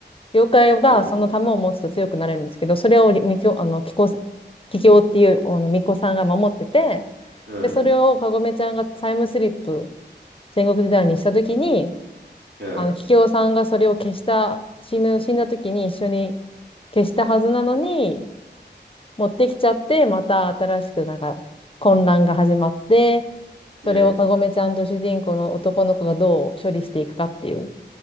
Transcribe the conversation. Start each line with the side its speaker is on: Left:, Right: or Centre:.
Left: 妖怪がその玉を持つと強くなれるんですけど、
Right: はい、
Left: それをりみきょ、あの、きこ、ききおっていう、あの、巫女さんが守ってて、
Right: は
Left: で、それをかごめちゃんがタイムスリップ、戦国時代にしたときに、
Right: い、はい、
Left: あの、ききおさんがそれを消した、死ぬ、死んだときに一緒に消したはずなのに、持ってきちゃって、また新しくなんか混乱が始まって、それをかごめちゃんと主人公の男の子がどう処理していくかっていう、
Right: ね、